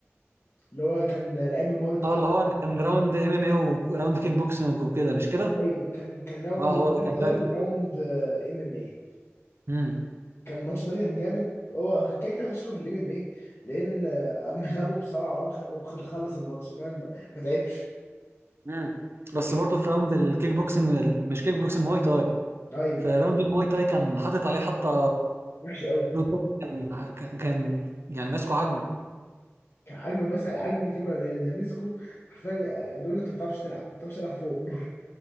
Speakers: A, on the left; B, on the right.
A: اللي هو كان آه، لعيب الماي تاي
B: اه اللي هو كان راوند ام ام اي وراوند كيك بوكسنج وكده مش كده
A: ايوه كان كان راوند
B: اه
A: ماي
B: هو ده كان
A: تاي
B: فاجر
A: وراوند ام ام اي
B: امم
A: كان الماتش ده كان جامد هو كده كده فشخه في الام ام اي لان آه، قام لعبه بسرعه وقام خانقه وخلص الماتش فاهم ما ما تعبش
B: امم
A: لكن
B: بس برضه في راوند الكيك بوكسنج مش كيك بوكسنج مواي تاي
A: ايوه
B: في راوند المواي تاي كان حاطط عليه حتى
A: وحش قوي
B: رود داك كان كان كان يعني ماسكه عاجله
A: كان عاجبني بس عاجبني كلمه قليل ده مسكه حرفيا يعني بيقول له انت ما بتعرفش تلعب ما بتعرفش تلعب فوق